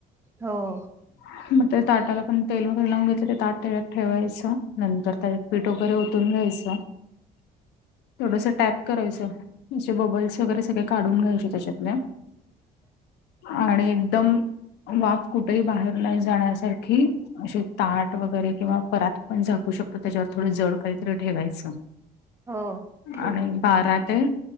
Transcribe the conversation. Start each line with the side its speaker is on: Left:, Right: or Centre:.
Right: हो.
Left: <inaudible> मग ते ताटाला पण तेल वगैरे लावून घेतल ते ताट त्यायात ठेवायच नंतर त्याच्यात पीठ वगैरे ओतून घ्यायच. थोडस टॅप करायच असे बबल्स वगैरे सगळे काढून घ्यायचे त्याच्यातले आणि एकदम वाफ कुठेही बाहेर नाही जाण्यासारखी असे ताट वगैरे किंवा परात पण झाकू शकतो त्याच्यावर थोड जड काहीतरी ठेवायच.
Right: हो ठेव
Left: आणि. बारा ते